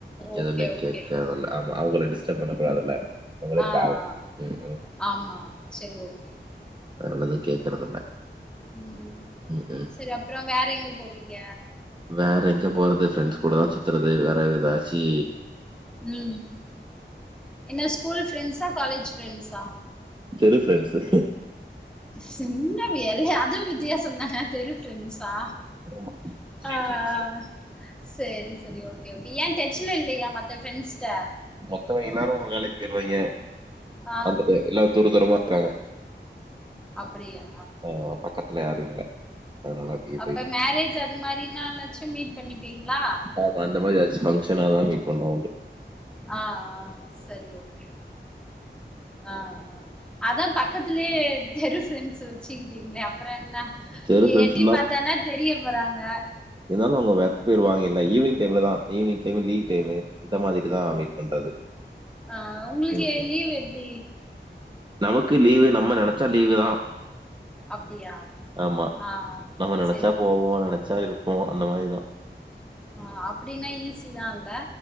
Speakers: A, in the centre; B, on the right.
A: ஓகே
B: எதுமே
A: ஓகே
B: கேக்கறதில்ல ஆமா அவுங்கள டிஸ்டப் பண்ண கூடாதுல உங்களுக்காகு
A: ஆ ஆ
B: ம் ம்
A: ஆமா செரி ஓகே
B: அதனாலதா கேக்குறதில்ல
A: ம்
B: ம் ம்
A: செரி அப்றோ வேற எங்க போவீங்க
B: வேற எங்க போறது ஃப்ரெண்ட்ஸ் கூடதா சுத்தறது வேற எதாச்சி
A: ம் என்ன ஸ்கூல் ஃப்ரெண்ட்ஸ்ஸா காலேஜ் ஃப்ரெண்ட்ஸ்ஸா
B: தெரு ஃப்ரெண்ட்ஸ்ஸு
A: சின்ன வியல்ல அதுவு வித்தியாசசோந்தா அ தெரு ஃப்ரெண்ட்ஸ்ஸா
B: ஆமா ஸ்ட்ரீட்
A: அ அ
B: ஃப்ரெண்ட்ஸ்
A: சேரி சேரி ஓகே ஓகே ஏ டச்ல இல்லியா மத்த ஃப்ரெண்ஸ்ட்ட
B: மத்தவைங்க எல்லாரு வேலைக் போய்ருவாய்ங்க
A: ஆ
B: <unintelligible> எல்லா தூர தூரமா இருக்காங்க
A: அப்படியா
B: அ பக்கத்துல யாரு இல்ல அதனால அப்படியே
A: அப்ப
B: போய்
A: மேரேஜ் அது மாரி நாளாச்சு மீட் பண்ணிப்பீங்ளா
B: ஆமா அந்த மாரி எதாச்சு ஃபங்க்ஷன்னாதா மீட் பண்ணுவோ
A: ஆ ஆ செரி ஓகே ஆ ஆ அதா பக்கத்துலே தெரு ஃப்ரெண்ஸ்ஸு வெச்சிக்கிட்டீங்ளே அப்றோ என்ன
B: தெரு
A: எ
B: ஃப்ரெண்ட்ஸ்
A: எட்டி பாத்தான்னா தெரிய போறாங்க
B: எதாலு அவுங்க ஒர்க் போய்ருவாங்கல ஈவினிங் டைம்லதா ஈவினிங் டைமு லீவ் டைமு இந்த மாரிதா மீட் பண்றது
A: அ உங்களுக்கு
B: ம், ம்.
A: லீவ் எப்டி
B: நமக்கு லீவு நம்ம நெனச்சா லீவுதா
A: அப்டியா
B: ஆமா
A: ஆ
B: நம்ம நெனச்சா
A: சேரி
B: போவோ நெனச்சா இருப்போ அந்த மாரிதா
A: அ அப்டினா ஈஸிதால்ல